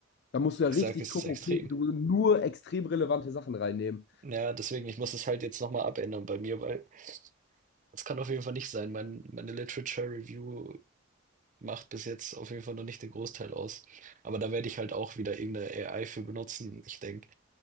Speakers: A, on the left; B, on the right.
A: da musst du ja
B: ich
A: richtig
B: sag, es
A: gucken,
B: ist extrem.
A: okay, du willst nur extrem relevante Sachen reinnehmen.
B: Ja, deswegen, ich muss es halt jetzt noch mal abändern bei mir, weil das kann auf jeden Fall nicht sein. Mein meine Literature Review macht bis jetzt auf jeden Fall noch nicht den Großteil aus. Aber da werde ich halt auch wieder irgendeine AI für benutzen, ich denke.